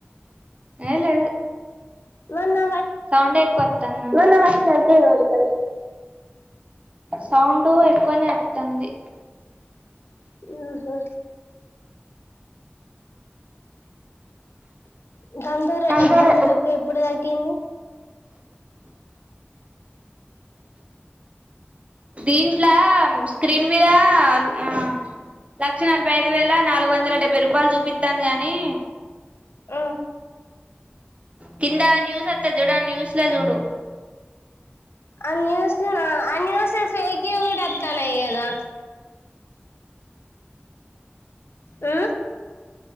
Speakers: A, on the right (about 30°); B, on the left (about 75°).
A: ఏ లేదు
B: మొన్న
A: సౌండే ఎక్కువ వత్తంది నాకు ఇనవాడ్తాంది సౌండ్ ఎక్కువనే అత్తంది
B: ఆహా గందరే
A: అందరు
B: గంధ తక్కువ ఎప్పుడు తగ్గింది
A: దీంట్ల ప్చ్ క్రీన్ మీద ఆ లక్ష నలభై యిదు వేల నాలుగు వందల డెబ్బై రూపాయలు జూపితాంది గాని
B: అ
A: కింద న్యూస్ అత్త జుడా న్యూస్ ల జూడు
B: ఆ న్యూస్ ఆ న్యూస్ ఫేకి గూడాతానయి గదా ఆ